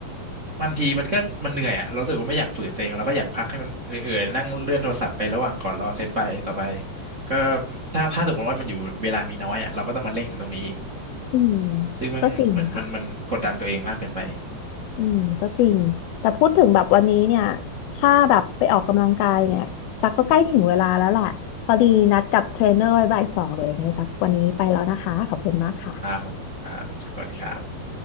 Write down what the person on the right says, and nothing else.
บางทีมันก็มันเหนื่อยอ่ะเรารู้สึกว่าไม่อยากฝืนตัวเองเราก็อยากพักให้มันเอื่อยๆนั่งเลื่อนโทรศัพท์ไประหว่างก่อนรอเซตไปต่อไปก็ถ้าถ้าสมมติว่ามันอยู่เวลามีน้อยอ่ะเราก็ต้องมาเร่งอยู่ตรงนี้อีก
ซึ่งมันเหมือนมันมันกดดันตัวเองมากเกินไปอีก
นะครับผมครับสวัสดีครับ